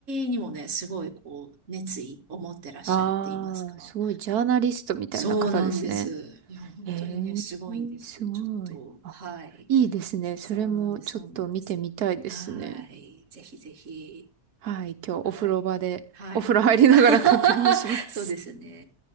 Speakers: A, on the right (about 55°); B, on the right (about 80°).
A: にもね、すごいこう熱意を持ってらっしゃるって言いますか。
B: ああ、すごい、ジャーナリストみたいな方ですね。
A: そうなんです。いや、本当にね、
B: へえ、
A: すごいんですよ。
B: すごい。
A: ちょっと、
B: あ、
A: はい。
B: いいですね。それもちょっと見てみたいですね。
A: そうなんです、そうなんです。はい。ぜひぜひ。
B: はい、今日お風呂場で、
A: はい。はい。
B: お風呂入りながら確認します。
A: <laughs> そうですね。